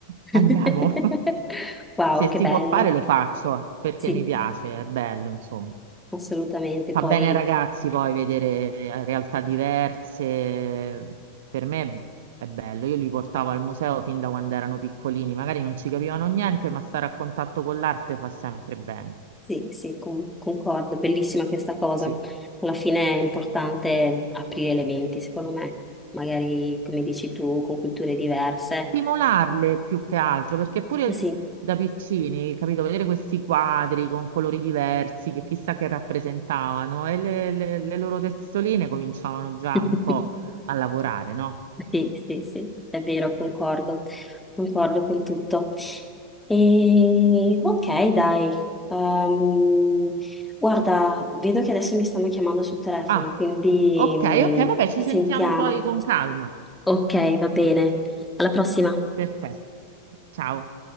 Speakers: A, on the right (about 55°); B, in the centre.
A: andiamo.
B: <laughs>
A: <laughs>
B: Wow,
A: Se si
B: che bello.
A: può fare lo faccio, perché
B: Sì,
A: mi piace, è bello, insomma.
B: assolutamente.
A: Fa
B: Poi
A: bene ai ragazzi poi vedere eh, realtà diverse. Per me è bello. Io li portavo al museo fin da quando erano piccolini, magari non ci capivano niente, ma stare a contatto con l'arte fa sempre bene.
B: sì, sì, con- concordo, bellissima questa cosa.
A: Sì.
B: Alla fine è importante aprire le menti, secondo me. Magari, come dici tu, con culture diverse.
A: Stimolarle più che altro, perché pure
B: Sì.
A: da piccini, capito, vedere questi quadri con colori diversi che chissà che rappresentavano e le, le le loro testoline cominciavano già
B: <laughs>
A: un po' a lavorare, no?
B: Sì, sì, sì, è vero, concordo, concordo con tutto. E, ok, dai. Ehm, guarda, vedo che adesso mi stanno chiamando sul telefono,
A: Ah,
B: quindi
A: ok, ok, vabbè,
B: mm,
A: ci
B: ci
A: sentiamo
B: sentiamo.
A: poi con calma.
B: Ok, va bene. Alla prossima.
A: Perfetto. Ciao.